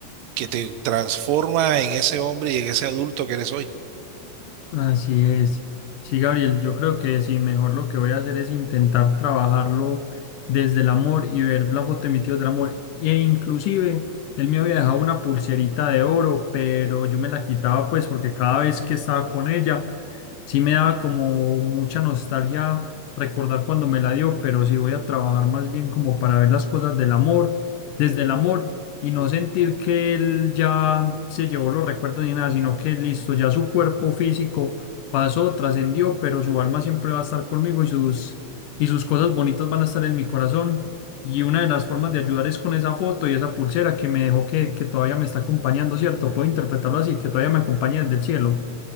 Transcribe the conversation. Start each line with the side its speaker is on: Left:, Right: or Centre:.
Right: que te transforma en ese hombre y en ese adulto que eres hoy.
Left: Así es. Sí, Gabriel, yo creo que sí, mejor lo que voy a hacer es intentar trabajarlo desde el amor y ver la foto de mi tío del amor. E inclusive, él me había dejado una pulserita de oro, pero yo me la quitaba pues porque cada vez que estaba con ella, sí me daba como mucha nostalgia recordar cuando me la dio, pero sí voy a trabajar más bien como para ver las cosas del amor, desde el amor y no sentir que él ya se llevó los recuerdos ni nada, sino que listo, ya su cuerpo físico pasó, trascendió, pero su alma siempre va a estar conmigo y sus, y sus cosas bonitas van a estar en mi corazón. Y una de las formas de ayudar es con esa foto y esa pulsera que me dejó que, que todavía me está acompañando, ¿cierto? Puedo interpretarlo así, que todavía me acompaña desde el cielo.